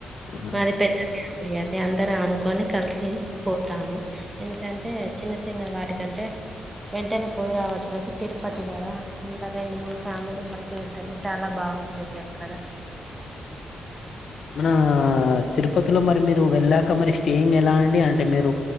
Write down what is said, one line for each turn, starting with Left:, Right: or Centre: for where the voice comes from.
Left: ఆహా
Right: మరి
Left: స్
Right: <inaudible> ఇద్దర అనుకొని కలిసి పోతాము. ఎందుకంటే చిన్న చిన్న వాటికంటే వెంటనే పోయి రావచ్చు కాంటే తిరుపతి కదా అందరు రెండు మూడు ఫ్యామిలు కలిసి వెళ్తామ్. చాలా బాగుంటుం ఎక్కడ
Left: మన తిరుపతిలో మరి మీరు వెళ్ళాక మరి స్టేయింగ్ ఎలా అండి అంటే మీరు